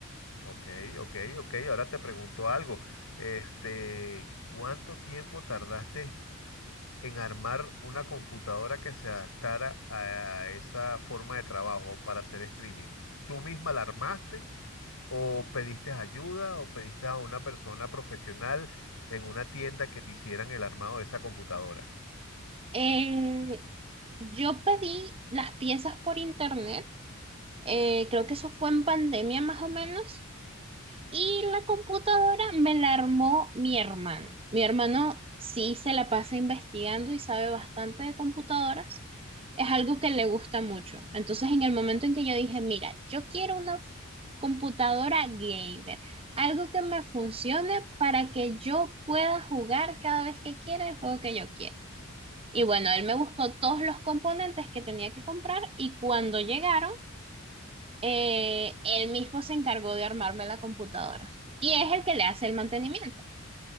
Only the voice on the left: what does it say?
Ok, ok, ok. Ahora te pregunto algo. Este, ¿cuánto tiempo tardaste en armar una computadora que se adaptara a esa forma de trabajo para hacer streaming? ¿Tú misma la armaste ¿O pediste ayuda o pediste a una persona profesional en una tienda que te hicieran el armado de esa computadora?